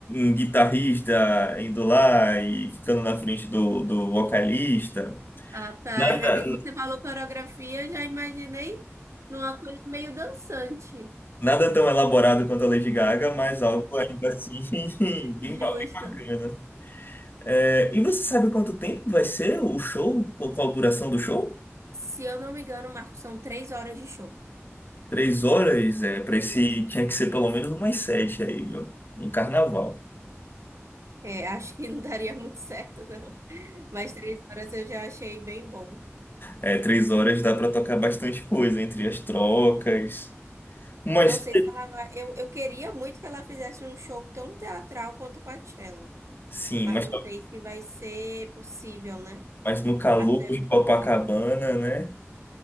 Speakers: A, on the left; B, on the right.
A: um guitarrista indo lá e ficando na frente do, do vocalista.
B: Ah, tá.
A: Nada,
B: É porque quando você falou coreografia, eu já imaginei numa coisa meio dançante.
A: nada tão elaborado quanto a Lady Gaga, mas algo ainda assim <laughs> bem,
B: Justo.
A: ba- bem bacana. É, e você sabe quanto tempo vai ser o show? Qual qual a duração do show?
B: Se eu não me engano, Marco, são três horas de show.
A: Três horas é para esse
B: Isso.
A: tinha que ser pelo menos umas sete aí, ó, no carnaval.
B: É, acho que não daria muito certo, não. Mas três horas eu já achei bem bom.
A: É, três horas dá para tocar bastante coisa entre as trocas. Mas
B: Não sei se ela vai. Eu, eu queria muito que ela fizesse um show tão teatral quanto Coachella,
A: sim,
B: mas
A: mas,
B: não sei se vai ser possível, né?
A: mas no calor
B: Até.
A: de Copacabana, né?